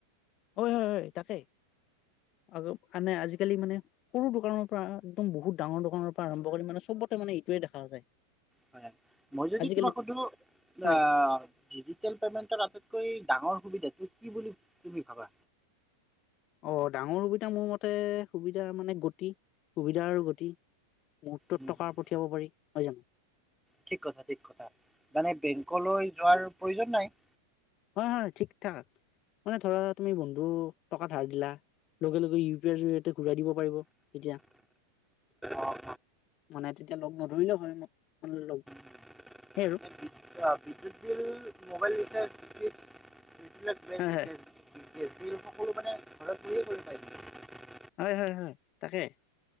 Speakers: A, on the left; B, in the centre.
A: হয় হয় হয় তাকেই। আ আনে আজিকালি মানে সৰু দোকানৰ পৰা একদম বহুত ডাঙৰ দোকানৰ পৰা আৰম্ভ কৰি মানে চবতে মানে ইটোৱে দেখা যায়।
B: হয় মই যদি
A: আজিকালি
B: তোমাক সুধো,
A: হয়
B: আ ডিজিটেল পেমেণ্টৰ কৈ ডাঙৰ সুবিধাটো কি বুলি তুমি ভাবা
A: অ ডাঙৰ সুবিধা মোৰ মতে সুবিধা মানে গতি সুবিধাৰ গতি মুহূৰ্তত
B: উম,
A: টকা
B: উম,
A: পঠিয়াব পাৰি হয় জানো
B: ঠিক কথা ঠিক কথা মানে বেংকলৈ যোৱাৰ প্ৰয়োজন নাই
A: অ হ ঠিক ঠাক মানে ধৰা তুমি বন্ধু টকা ধাৰ দিলা লগে লগে ইউ পি আইৰ জ ঘূৰাই দিব পাৰিব তেতিয়া।
B: অঁ
A: মানে এতিয়া লগ নধৰিলেে হয়। লগ
B: অঁ বিদ্যুৎ
A: সেই আৰু
B: বিল মোবাইল দিখে এক স ক সকলো
A: হয় হয়
B: মানে ঘৰত বহিয়ে কৰি পাৰি
A: হয় হয় হয় তাকে